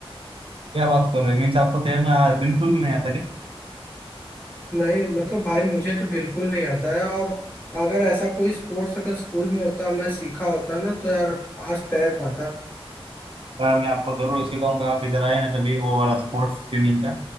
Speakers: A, on the right; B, on the left.
A: क्या बात कर रहे हो मीन्स आपको तैरना बिल्कुल भी नहीं आता क्या
B: नहीं मतलब भाई मुझे तो बिल्कुल नहीं आता है और अगर ऐसा कोई स्पोर्ट्स अगर स्कूल में होता मैं सीखा होता ना तो यार आज तैर पाता
A: यार मैं आपको जरूर सिखाऊंगा आप इधर आए ना कभी वो वाला स्पोर्ट्स स्विमिंग का